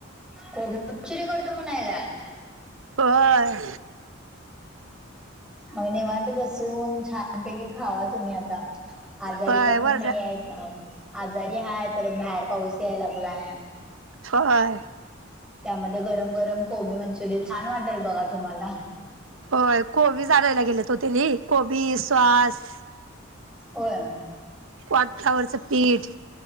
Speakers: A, in the centre; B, on the right.
A: कोबमनचुरी करतो म्हणयलात.
B: होय.
A: मग निवांत बसून छान पैकी खावा तुम्हीं आता. आजारी
B: होय
A: पणं
B: वरड
A: नाहीं हायसा. आजारी हाय परत बाहेर पाऊस याय लागलाय.
B: होय.
A: त्यांमध्ये गरम गरम कोबी मंचुरि छान वाटेल बघा तुम्हांला.
B: होय. कोबी आणायला गेलेत ओ तेनी. कोबी, सॉस.
A: होय.
B: कॉनफ्लावरचं पीठ.